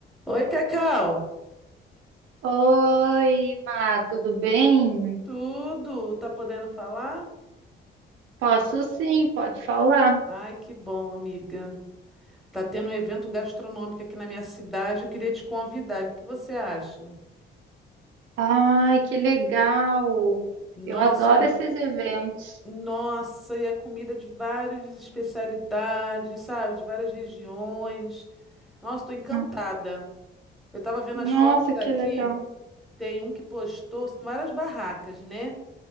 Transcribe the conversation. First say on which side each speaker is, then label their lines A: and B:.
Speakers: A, in the centre; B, on the right.
A: Oi, Cacau.
B: Oi, Má, tudo bem?
A: Tudo? Tá podendo falar?
B: Posso sim, pode falar.
A: Ai, que bom, amiga. Tá tendo um evento gastronômico aqui na minha cidade. Eu queria te convidar. O que que você acha?
B: Ai, que legal!
A: Nossa,
B: Eu adoro esses eventos.
A: nossa, e a comida de várias especialidades, sabe? De várias regiões. Nossa, tô encantada.
B: Hum.
A: Eu tava vendo
B: Nossa,
A: as fotos
B: que
A: aqui.
B: legal!
A: Tem um que postou, são várias barracas, né?